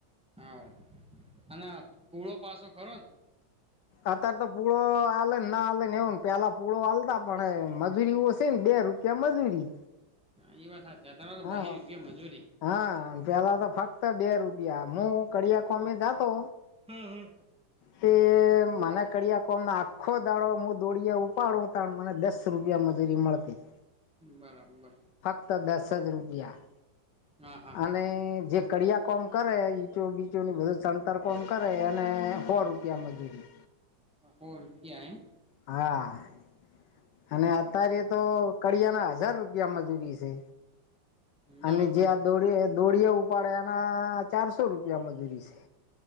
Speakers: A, in the centre; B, on the left (about 75°).
A: હા અને ના પુળો પાસો ખરોન
B: અત્યારે તો પૂળો આલે ને ના આલે ને એવુંને પેલા પૂળો આલતા પણ મજૂરી ઓસી ને બે રૂપ <unintelligible> મજૂરી
A: હા એ વાત હાચિ
B: હા.
A: બહી રૂપિયા મજૂરી
B: હા પેલા તો ફક્ત બે રૂપિયા હું કળિયા કોમે જાતો
A: હમ્મ હમ્મ
B: તે મને કડિયા કોમના આખો દાડો હું દોડીયા ઉપાડું તાણ મને દસ રૂપિયા મજૂરી મળતી.
A: બરાબર
B: ફક્ત દસ જ રૂપિયા
A: હા હા
B: અને જે કળિયા કોમ કરે ઇચો બીચોની બધું ચણતર કોમ કરે અને સો રૂપિયા મજૂરી
A: હોળ રૂપિયા એમ
B: હા અને અત્યારે તો કળિયા ના હજાર રૂપિયા મજૂરી છે. અને
A: દહ
B: જે
A: ગણી
B: આ દોડી દોડિયા ઉપાડે એના ચારસો રૂપિયા મજૂરી છે.